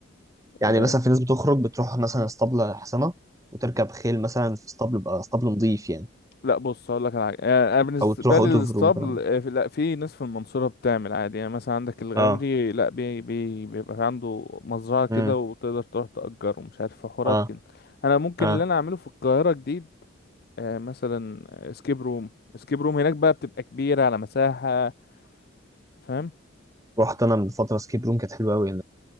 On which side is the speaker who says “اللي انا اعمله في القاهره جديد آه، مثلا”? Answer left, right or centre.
Left